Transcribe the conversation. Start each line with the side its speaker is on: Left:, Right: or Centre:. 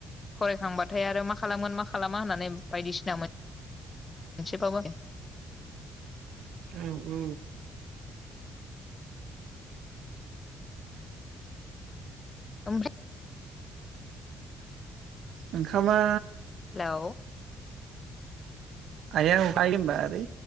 Left: फरायखांबाथाय आरो मा खालामोन मा खालामा होननानै बायदिसिना मोनसेबाबो
Right: औ औ
Left: ओमफ्राय
Right: ओंखामा
Left: हेलौ
Right: हायावय बाय होनबा ओरै